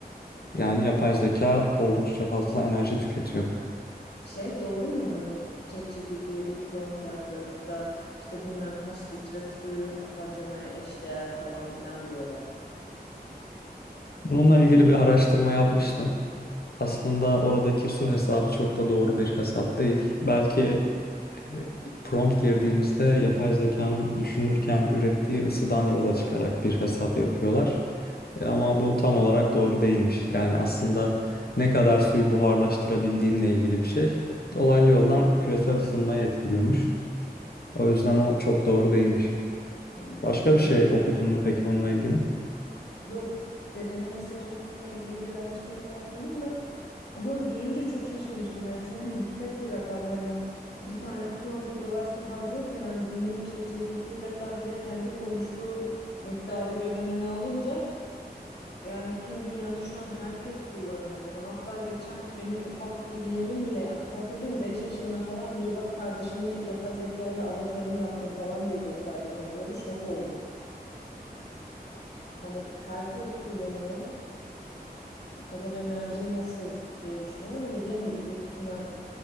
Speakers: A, on the left; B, on the left.
A: Yani yapay zeka oldukça fazla enerji tüketiyor.
B: Şey doğru mu hani ChatGPT'ye bir prompt yazdığımızda işte bilmem kaç litre suyu harcamaya eşdeğer falan filan diyorlar.
A: Bununla ilgili bir araştırma yapmıştım. Aslında oradaki su hesabı çok da doğru bir hesap değil. Belki e, prompt girdiğimizde yapay zekanın düşünürken ürettiği ısıdan yola çıkarak bir hesap yapıyorlar. E, Ama bu tam olarak doğru değilmiş. Yani aslında ne kadar suyu buharlaştırabildiğinle ilgili bir şey. Dolaylı yoldan küresel ısınmayı etkiliyormuş. O yüzden o çok doğru değilmiş.
B: Hmm.
A: Başka
B: Yani
A: bir şey okudun mu peki bununla ilgili?
B: yok derinlemesine bununla ilgili bir araştırma yapmadım da ama duyunca çok şaşırmıştım yani çünkü yüksek bir rakam hani bir tane prompt o kadar su harcıyorsa yani günlük ChatGPT ile sadece kendi konuştuğum miktarı göz önüne alınca Yani tüm dünyada şu an herkes kullanıyor bunu. Hatta geçen benim ufak bir yeğenim bile yani ufak dediğim 5 yaşında falan diyor bak kardeşimi yapay zeka ile avatarını yaptım falan diye gösterdi bana böyle şok oldum. Hani herkes kullanıyor. O kadar enerji nasıl diye düşünüyorum ama dediğin gibi büyük ihtimal